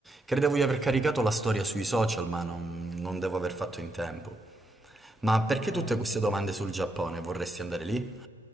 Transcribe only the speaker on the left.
ah,
ah,
ah.